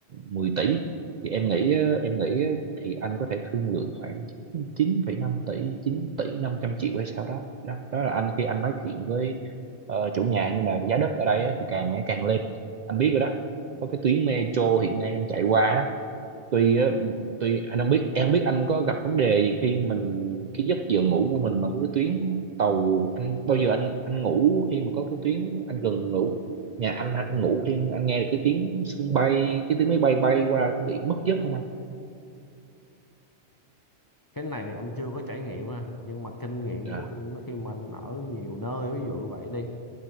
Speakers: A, on the right; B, on the left.
A: mười tỷ thì em nghĩ á, em nghĩ á, thì anh có thể thương lượng khoảng chín phẩy năm tỷ chín tỷ năm trăm triệu hay sao đó đó đó là anh khi anh nói chuyện với ờ, chủ nhà nhưng mà giá đất ở đây á, thì càng ngày càng lên anh biết rồi đó có cái tuyến metro hiện nay đang chạy qua tuy á, tuy anh không biết em không biết anh có gặp vấn đề gì khi mình cái giấc giờ ngủ của mình mà có cái tuyến tàu anh bao giờ anh anh ngủ khi mà có cái tuyến anh gần ngủ nhà anh anh ngủ khi anh nghe được cái tiếng sân bay cái tiếng máy bay bay qua có bị mất giấc không anh
B: cái này thì anh chưa có trải nghiệm ha nhưng mà kinh nghiệm
A: dạ
B: của anh khi mà anh ở nhiều nơi ví dụ vậy đi